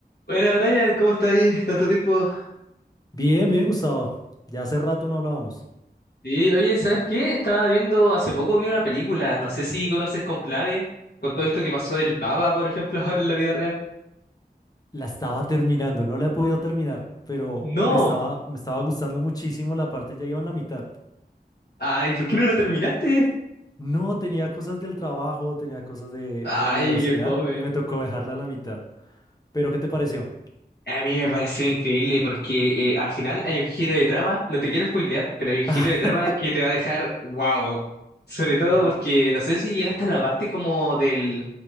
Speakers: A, on the left; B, on the left.
A: Buena, Brian, ¿cómo está ahí? Tanto tiempo.
B: Bien, bien, Gustavo. Ya hace rato no hablábamos.
A: Y oye, ¿sabes qué? Estaba viendo, hace poco vi una película, no sé si conoces Conclave, con todo esto que pasó del Papa, por ejemplo, <laughs> ahora en la vida real.
B: La estaba terminando, no la he podido terminar, pero
A: No,
B: me estaba, me estaba gustando muchísimo la parte, ya iba en la mitad.
A: ay, ¿por qué no la terminaste?
B: No, tenía cosas del trabajo, tenía cosas de,
A: Ay,
B: de la universidad
A: qué fome.
B: y me tocó dejarla a la mitad. Pero, ¿qué te pareció?
A: A mí me pareció increíble porque eh, al final hay un giro de trama, no te quiero spoilear, pero hay un giro
B: <laughs>
A: de trama que te va a dejar wow. Sobre todo
B: Mm,
A: porque no sé si llegaste a la parte como del,